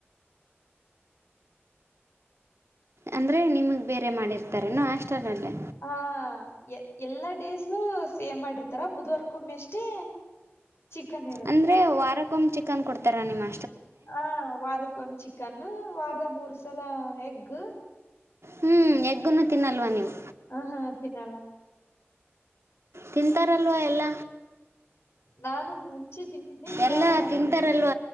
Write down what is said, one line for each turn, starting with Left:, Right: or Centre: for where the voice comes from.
Right: ಅಂದರೆ ನಿಮಗೆ ಬೇರೆ ಮಾಡಿರ್ತಾರೇನೋ ಆಸ್ಟಲಲ್ಲೇ
Left: ಹಾ ಎ ಎಲ್ಲಾ ಡೇಸು ಸೇವ್ ಮಾಡಿರ್ತಾರ ಬುಧವಾರಕ್ಕೊಮ್ಮೆ ಅಷ್ಟೇ ಚಿಕನ್ ಇರುತ್ತೆ
Right: ಅಂದ್ರೆ ವಾರಕ್ಕೊಮ್ಮ್ ಚಿಕನ್ ಕೊಡ್ತಾರ ನಿಮಮ್ಮ
Left: ಹ ವಾರಕ್ಕೊಂದು ಚಿಕನ್ ವಾರದ ಮೂರ್ ಸಲ ಎಗ್
Right: ಹ್ಞ ಎಗ್ುನ್ನು ತಿನ್ನಲ್ವಾ ನೀವು
Left: ಹ ಹಾ ತಿೀಿನಲ್ಲ
Right: ತಿಂತಾರಲ್ವ ಎಲ್ಲ
Left: ನಾನು ಮುಂಚೆ ತಿಂತಿದ್ದೆ ಇವಾಗ
Right: ಎಲ್ಲ ತಿಂತಾರಲ್ವ
Left: ತಿನ್ನಲ್ಲ